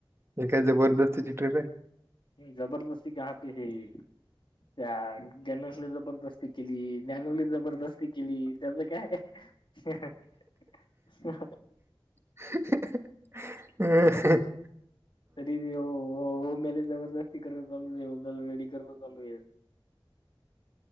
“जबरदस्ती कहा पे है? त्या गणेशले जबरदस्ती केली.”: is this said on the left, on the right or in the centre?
Left